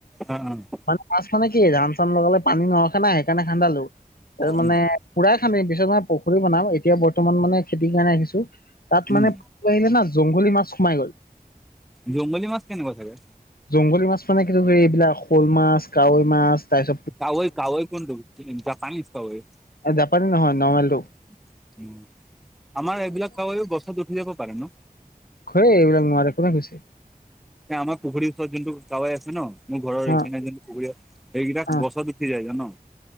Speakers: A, in the centre; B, on the left.
A: অ'
B: মানে মাছ মানে কি ধান চান লগালে পানী নৰখে নাই সেইকাৰণে খান্ধালো ত মানে
A: উম,
B: পুৰা আমি পিছত মে পুখুৰী বনাম এতিয়া বৰ্তমান মানে খেতি কাৰণে ৰাখিছো তাত মানে
A: উম,
B: আহিলে না জংঘলী মাছ সোমাই গল
A: জংগলী মাছ কেনেকুৱা চাগে?
B: জংঘলী মাছ মানে কিছুৰি এইবিলাক শ'ল মাছ কাৱৈ মাছ তাৰিছত
A: কাৱৈ কাৱৈ কোনটো পানীত কাৱৈ উন
B: জাপানী নহয় নৰ্মেলটো
A: আমাৰ এইবিলাক কাৱৈও বছত উঠি যাব পাৰে ন
B: সেই এইবিলাক নোৱাৰাৰে কোনে কৈছে
A: আমাৰ পুখুৰীৰ ওচৰত যোনটো কাৱৈ আছে ন মোৰ ঘৰৰ এইখিনি
B: অ
A: যেন পুখুৰীত সেইগিলাক
B: অ
A: গছত উঠি যায় যে ন